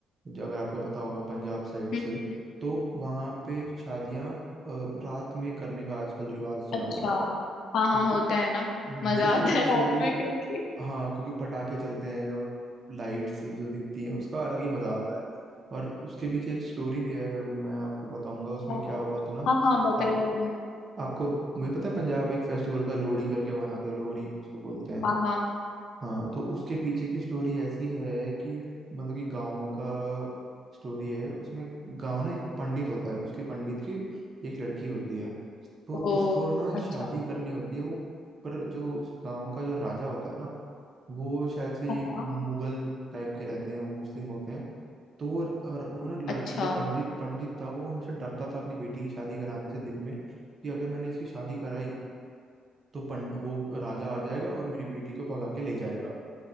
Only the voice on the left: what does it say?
हम्म
हम्म,
अच्छा
हाँ हाँ होता है ना
मजा
आता
है रात
में क्योंकि
अच्छा
हाँ हाँ बताइए
हाँ हाँ
ओ
अच्छा
हाँ हाँ
अच्छा